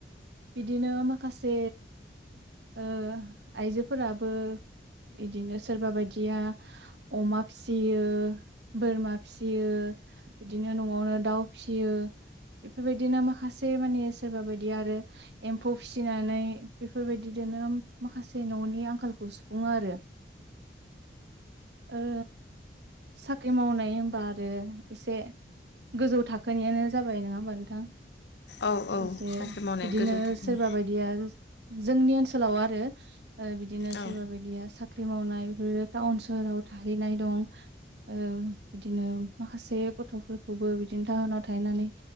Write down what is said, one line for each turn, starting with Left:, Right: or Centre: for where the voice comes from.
Right: बिदिनो माखासे ओ आइजोफोराबो बिदिनो सोरबा बायदिया अमा फिसियो बोरमा फिसियो बिदिनो न'आवनो दाउ फिसियो बेफोरबायदिनो माखासे माने सोरबा बायदिया आरो एम्फौ फिसिनानै बेफोरबायदिजोंनो माखासे न'नि आंखालखौ सुफुङो आरो ओ साख्रि मावनाय होनबा आरो एसे गोजौ थाखोनियानो जाबाय नङा होमबा नोंथां?
Left: औ औ
Right: एसे
Left: साख्रि मावनाय
Right: बिदिनो
Left: गोजौ थाखोनि
Right: सोरबा बायदिया जोंनि ओनसोलाव आरो ओ बिदिनो
Left: औ
Right: सोरबा बायदिया सा ख्रि मावनाय बेफोर टाउन सोहोराव थाहैनाय दं ओ बिदिनो माखासे गथ'फोरखौबो बिदिनो टाउनाव थाहैनानै